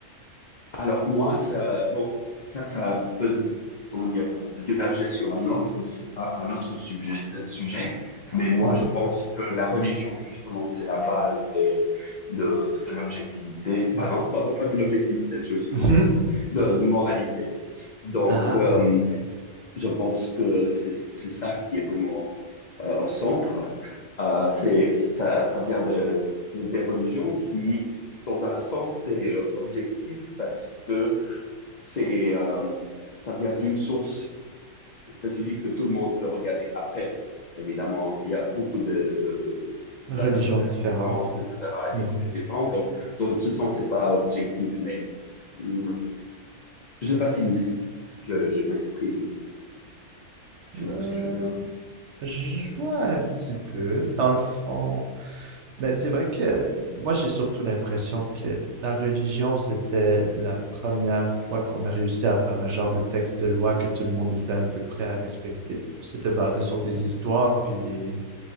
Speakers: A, on the left (about 75°); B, on the right (about 60°).
A: Alors, moi, ça, bon, ça, ça peut, comment dire, diverger sur un autre, un autre sujet, euh, sujet, mais moi,
B: Mhm.
A: je pense que la religion, justement, c'est la base de, de, de, de l'objectivité. Ah non, pardon, pas de l'objectivité, je me suis
B: Mhm.
A: trompé de, mot.
B: <laughs>
A: de, de moralité. Donc,
B: Ah,
A: euh,
B: ouais.
A: je pense que c'est, c'est ça qui est vraiment euh, au centre. Euh, c'est, ça, ça vient de, de- des religions qui, dans un sens, c'est euh, objectif parce que c'est, euh, ça vient d'une source spécifique que tout le monde peut regarder. Après, évidemment, il y a beaucoup de, de-
B: Religion
A: d'interprétations
B: différente.
A: différentes, etc., et des
B: Mhm.
A: religions différentes. Donc, dans ce sens, c'est pas objectif, mais mm, je sais pas si je, je m'exprime. Tu
B: Euh,
A: vois ce que je veux dire?
B: je vois un petit peu, dans le fond. Mais c'est vrai que moi, j'ai surtout l'impression que la religion, c'était la première fois qu'on a réussi à faire un genre de texte de loi que tout le monde était un peu prêt à respecter. Puis c'était basé sur des histoires, puis des,